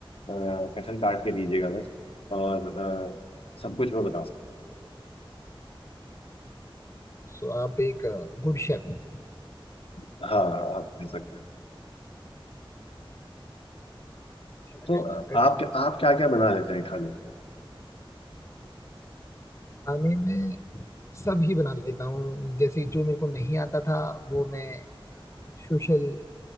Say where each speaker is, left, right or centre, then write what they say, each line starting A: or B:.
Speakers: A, on the left (about 85°); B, on the left (about 30°).
A: कटहल काट के दीजिएगा बस और अ, सब कुछ मैं बता सकता
B: सो आप एक गुड शेफ हैं
A: हूँ हाँ आप कह सकते हैं
B: अच्छा लगा
A: तो
B: ये
A: अ,
B: जानकर
A: आप
B: कि
A: आप क्या क्या बना लेते हैं खाने में?
B: खाने में सब ही बना लेता हूँ जैसे जो मेरे को नहीं आता था वो मैं सोशल